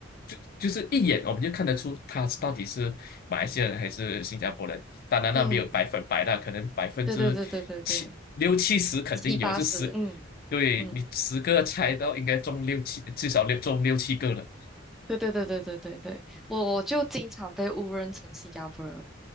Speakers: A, on the left; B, in the centre.
A: 就就是一眼我们就看得出他到底是马来西亚人还是新加坡人。当然，
B: 嗯，
A: 那没有百分百啦，可能百分之七六七十肯定有，
B: 对对对对对对。七八十，
A: 就十，
B: 嗯
A: 对你十个猜到应该中六七，
B: 嗯，
A: 至少六中六七个了。
B: 对对对对对对对，我我就经常被误认成新加坡人，